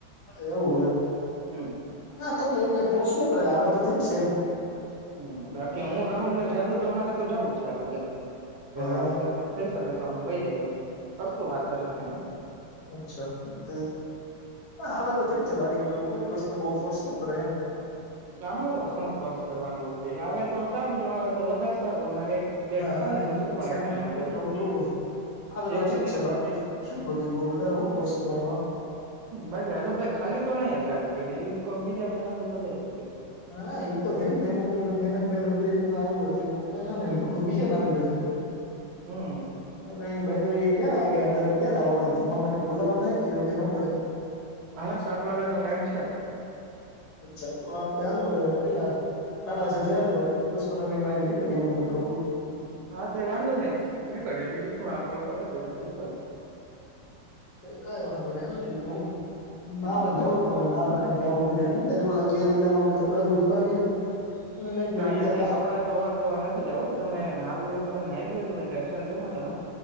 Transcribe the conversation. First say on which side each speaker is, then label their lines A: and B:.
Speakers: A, on the left; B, on the right.
A: એવું હે
B: હમ
A: હા તો બઉ કઈ ફોર્સ ન કરે આવે તો ઠીક છે એમ
B: હ બાકી હું રાહુલ ને જાદુ તો અમારે તો જઉું જ છે, અલગ એમ કે
A: હા
B: એવું થઇ શકે તો અમ વહી જાય એમ કશું વાત જ કઈ ને
A: અચ્છા હવે, તો ઠીક છે, બાજ જ એ વસ્તુ બહુ ફોર્સ, ન કરે એમ
B: આમાં તો શૌ કોર્ષ કરવાનુ હોય, ભાઈ આવે તો સારુ ન આવે, તો વધારે સારુ અમારે બેડ
A: હા,
B: ખાલી
A: એ
B: મળશે
A: તો પછી,
B: થોડાક ટાઈમ
A: એમમ
B: માટે
A: બધું ક તું હવે,
B: જ્યાં
A: તો ઠીક
B: સુધી
A: છે, બાકી શું બધું બ વધારે હું ફોર્સ કરવાવામાંમ
B: બાકી હરેશભાઈ ખાલી, તો નહી જ રાખે બેડી કોક બીજા ને નાખ્યું તો દ
A: હા, એ તો છેજ, ને એનું કો મેનેજમેન્ટને બધી રીત <unintelligible> પાપા હાયને બીજાને આપી દેશે
B: હમ
A: અને અને બાય થઈ વે ક્યારે, આવે કે અદર ક્યારે આવવાનું જમવા માટે બોલાવાનુ કે એવું કઈ ન કરે
B: હા, સાત વાગ્યાનોો ટાઈમ છે.
A: અચ્છા, તો આપડે આલો કેટલા ચાલે છે, દસ પંદર મિનટમાંથી નઈ કરીમુ, તને કહ છુ.
B: હા, તે વાંધો નઈ, નીકળ્યો બીજું શું કોલ બતાવીએ પછી નીકળ્યુ
A: કઈ, વાંધો નને બીજુ હુ
B: હમ
A: નાવા જઉુ જ પણ નાવા કઈ જવું નથી. જ, ત કે લીલામાં આપડે કપડાં ભી જોતા આવીએ અને બે
B: ના
A: બીજા
B: ક્યા
A: કા
B: કપડા ધોવા, તો નથી જાવું તમે નાુ હોય તમને આવીયો એટલું ક ટેન્શન, લ તમે